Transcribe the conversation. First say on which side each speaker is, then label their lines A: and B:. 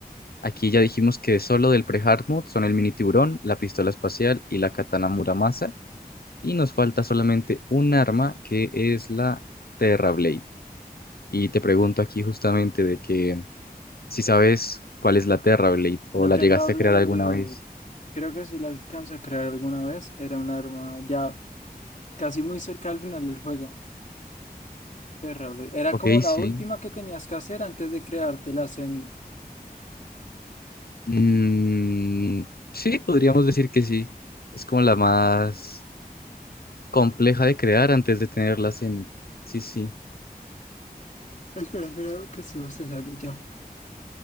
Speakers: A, on the left; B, on the left.
A: Aquí ya dijimos que solo del pre-hard mode son el mini tiburón, la pistola espacial y la katana Muramasa. Y nos falta solamente un arma que es la Terra Blade. Y te pregunto aquí justamente de que si sabes cuál es la Terra Blade o
B: La
A: la
B: Terrable,
A: llegaste a crear alguna vez.
B: creo que sí la alcanza a crear alguna vez. Era un arma ya casi muy cerca al final del juego. Terrible. Era
A: Ok,
B: como la
A: sí.
B: última que tenías que hacer antes de crearte la Zenith.
A: Mm, sí, podríamos decir que sí. Es como la más compleja de crear antes de tener la Zenith. Sí, sí.
B: Espera, espera, que se se ya.